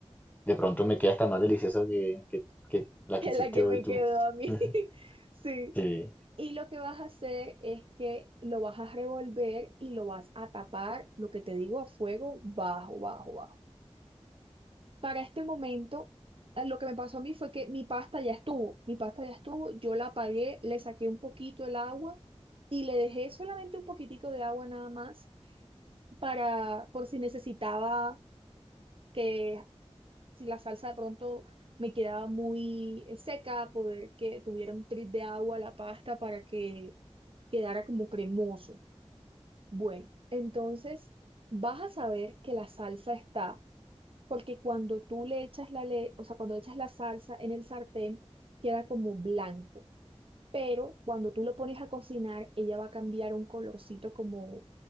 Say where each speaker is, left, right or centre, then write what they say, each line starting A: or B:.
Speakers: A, on the left (about 15°); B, on the right (about 55°).
A: De pronto me queda hasta más deliciosa que, que, que la
B: Es
A: que hiciste
B: la que
A: hoy
B: me
A: tú.
B: quedó a mí.
A: Ujú.
B: <laughs> Sí.
A: Sí.
B: Y lo que vas a hacer es que lo vas a revolver y lo vas a tapar, lo que te digo, a fuego bajo, bajo, bajo Para este momento, eh, lo que me pasó a mí fue que mi pasta ya estuvo, mi pasta ya estuvo, yo la apagué, le saqué un poquito el agua y le dejé solamente un poquitico de agua nada más para, por si necesitaba que, si la salsa de pronto me quedaba muy eh, seca, poder que tuviera un trit de agua la pasta para que quedara como cremoso. Bueno, entonces vas a saber que la salsa está porque cuando tú le echas la le- o sea, cuando echas la salsa en el sartén, queda como blanco, pero cuando tú lo pones a cocinar, ella va a cambiar un colorcito como,